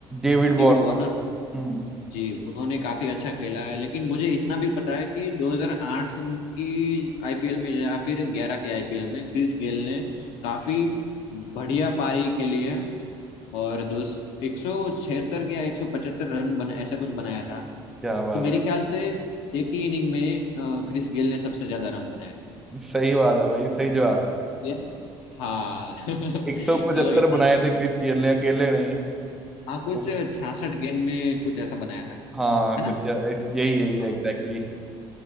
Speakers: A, in the centre; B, on the left.
A: David Warner
B: David Warner
A: हम्म
B: जी उन्होंने काफी अच्छा खेला है लेकिन मुझे इतना भी पता है कि 2008 की आईपीएल में या फिर 11 के आईपीएल में क्रिस गेल ने काफी बढ़िया पारी खेली है और दो एक सौ छिहत्तर या एक सौ पचहत्तर रन बना ऐसा कुछ बनाया था
A: क्या बात
B: तो मेरे
A: है
B: ख्याल से एक ही इनिंग में अ, क्रिस गेल ने सबसे ज्यादा रन बनाए हैं
A: सही बात है भाई सही जवाब है
B: Yeah. हाँ <laughs>
A: एक सौ पचहत्तर
B: चलो इतना
A: बुनाए थे क्रिस गेल ने अकेले नहीं
B: हाँ
A: तो-
B: कुछ छियासठ गेंद में कुछ ऐसा बनाया था
A: हाँ
B: है
A: कुछ
B: ना
A: या- ऐस- यही यही है
B: हाँ
A: एग्जैक्टली